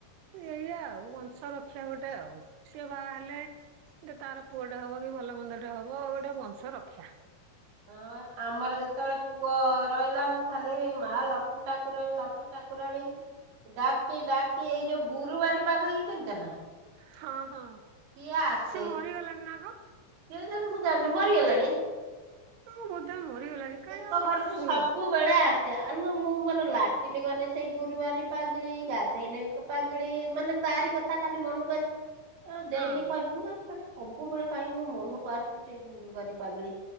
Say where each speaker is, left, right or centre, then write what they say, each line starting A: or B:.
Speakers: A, on the right (about 75°); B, on the right (about 65°).
A: ଉ ଏଇଆ ଆଉ ବଂଶ ରକ୍ଷା ଗୋଟେ ଆଉ ସିଏ ବାହା ହେଲେ ଯେ ତାର ପୁଅଟେ ହବ କି ଭଲ ମନ୍ଦଟେ ହବ ଗୋଟେ ବଂଶ ରକ୍ଷା।
B: ହଁ ବା ଆମର ଯେତବେଳେ ପୁଅ ରଇଲା ମୁଁ ଖାଲି ହେଇ ମା ଲକ୍ଷ୍ମୀ ଠାକୁରାଣୀ ଲକ୍ଷ୍ମୀ ଠାକୁରାଣୀ ଡାକି ଡାକି ଏଇ ଯୋଉ ଗୁରୁବାରୀ ପାଗିଳିକି ଚିନଚ ନା।
A: ହଁ ହଁ
B: ସିଏ ଆସେ
A: ସିଏ ମରିଗଲାଣି ନା କଁ।
B: କେଜାଣି ମୁଁ ଜାଣିନି ମରିଗଲାଣି।
A: ହୁଁ ବୋଧେ ମରିଗଲାଣି। କାହିଁ
B: ଏଙ୍କ
A: ଆଉ
B: ଘରୁକୁ
A: ଆସୁନି
B: ସବୁ ବେଳେ ଆସେ ଆଲୋ ମୁଁ ମୋର ଲାଟିନୀ ଗନେ ସେଇ ଗୁରୁବାରୀ ପାଗିଳି ଗାଧେଇନେ ପାଗିଳି ମାନେ ତାରି କଥା ଖାଲି ମନୁକୁ ଆସ୍ ଏ ଆମ ଦେଇଙ୍କି
A: ହଁ
B: କହିଲି ମୁଁ କହିବି ଖାଲି ସବୁବେଳେ କାହିଁକି ମୋ ମନୁକୁ ଆସୁଚି ଛେଇ ଗୁରୁବାରୀ ପାଗିଳି